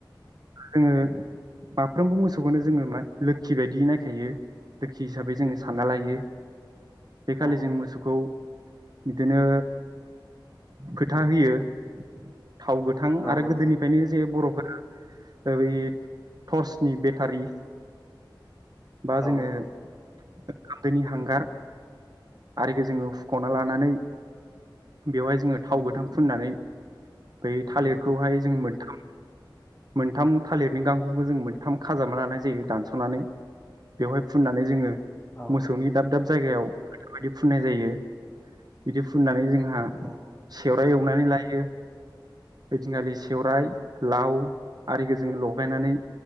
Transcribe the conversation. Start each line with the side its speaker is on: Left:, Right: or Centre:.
Right: जोङो माफ्रोमबो मोसौखौनो जोङो मा लोखि बायदि नायखायो, लोखि हिसाबै जोङो सानना लायो। बे
Left: औ
Right: खालि जों मोसौखौ बिदिनो फोथा होयो। थाव गोथां
Left: औ
Right: आरो गोदोनिफ्रायनो जे बर'फोर <inaudible> ओ बै टर्सनि बेटारि बा
Left: औ
Right: जोङो ओंखाम दोनि हां हांगार
Left: औ
Right: आरो एखौ जोङो फु ख'ना लानानै बेवहाय जोङो थाव
Left: उम
Right: गोथां फुननानै बै
Left: औ
Right: थालिरखौहाय जों मोन थाम मोनथाम थालिरनि गांखंखौ जोङो मोनथाम खाजाबना लानाय जायो दानस'नानै बेवहाय फुननानै जोङो।
Left: औ
Right: मोसौनि दाब दाब जायगायाव बेफोरबायदि फुननाय जायो। बिदि फुननानै जों हा
Left: औ
Right: सेवद फ्राय एवनानै लायो, ओइ दिनखालि सेवराइ, लाव आरिखौ जोङो लगायनानै